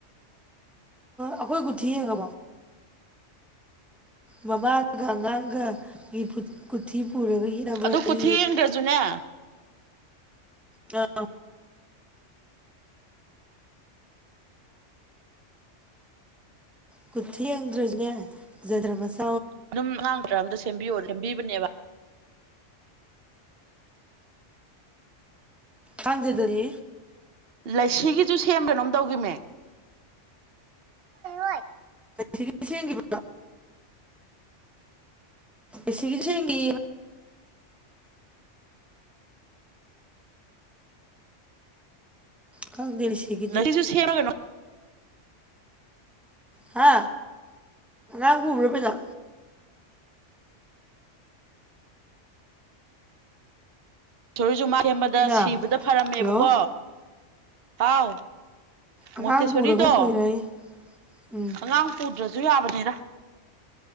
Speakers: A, in the centre; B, on the right.
A: ꯑꯩꯈꯣꯏ ꯀꯨꯊꯤ ꯌꯦꯡ ꯉꯥ ꯕꯣ ꯃꯃꯥꯒ ꯑꯉꯥꯡꯒꯒꯤ ꯀꯨꯊꯤ ꯄꯨꯔꯒ ꯌꯦꯡꯅꯕ꯭ꯔꯁꯨ
B: ꯑꯗꯨ ꯀꯊꯦꯡꯗ꯭ꯔꯁꯨꯅꯦ
A: ꯑ ꯀꯨꯔꯊꯤꯗ꯭ꯔꯅꯦ ꯗ꯭ꯔꯁꯤ
B: ꯑꯗꯨꯝ ꯉꯥꯡꯗ꯭ꯔ ꯑꯝꯗ ꯁꯦꯝꯕꯤꯌꯣ ꯁꯦꯝꯕꯤꯕꯅꯦꯕ
A: ꯊꯥꯡꯖꯗꯅꯤ
B: ꯂꯁꯤꯒꯤ ꯁꯦꯝꯕꯅꯣꯝ ꯇꯧꯈꯤꯕꯅꯦ ꯍꯣꯏ
A: ꯁꯤ ꯌꯦꯤꯣ ꯏ ꯁꯤꯒꯤꯗꯤ ꯆꯪꯒꯤ ꯈꯪꯗꯦ ꯂꯤꯁꯤꯒꯤꯗꯤ
B: ꯎꯁꯨ ꯁꯦꯔ
A: ꯍꯥ ꯑ ꯕ꯭ꯔꯕꯖ
B: ꯁꯔꯤꯁꯨ ꯃꯥ ꯁꯦꯝꯕꯗ
A: ꯄꯦꯅꯥ
B: ꯁꯤꯕꯗ ꯐꯔꯝꯃꯦꯕꯀꯣ
A: ꯍꯜꯂꯣ
B: ꯍꯥꯎ
A: ꯑꯉꯥꯡ
B: ꯃꯣꯠꯇꯦ
A: ꯄꯨꯔꯒ
B: ꯁꯣꯔꯤꯗꯣ
A: ꯆꯠꯇꯣꯏꯔꯌꯦ ꯎꯝ
B: ꯑꯉꯥꯡ ꯄꯨꯗ꯭ꯔ ꯖ ꯌꯥꯕꯅꯤ